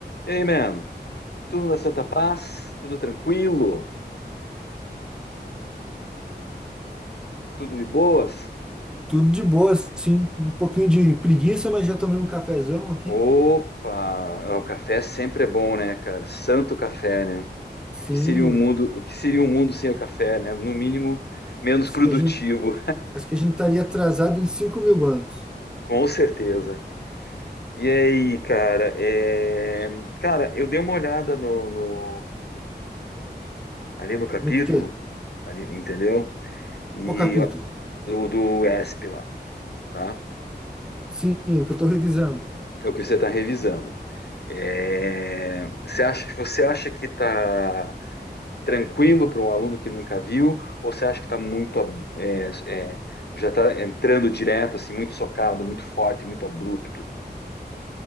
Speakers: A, on the left (about 65°); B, in the centre.
A: Ei, man, tudo na Santa Paz? Tudo tranquilo? Tudo de boas?
B: Tudo de boa, sim. Um pouquinho de preguiça, mas já tomei um cafezão aqui.
A: Opa, o café sempre é bom, né, cara? Santo café, né?
B: Sim,
A: Que seria um mundo, o que seria um mundo sem o café, né? No mínimo, menos
B: acho
A: produtivo,
B: que a gente, acho que a gente estaria atrasado em cinco mil anos.
A: <laughs> com certeza. E aí, cara, é... cara, eu dei uma olhada no, no- ali no capítulo,
B: No quê?
A: ali, entendeu? E
B: Qual capítulo?
A: o do ESP lá, tá?
B: Sim, o que eu estou revisando.
A: É o que você está revisando. É, você acha, você acha que está tranquilo para um aluno que nunca viu, ou você acha que está muito é, é, já está entrando direto, assim, muito socado, muito forte, muito abrupto?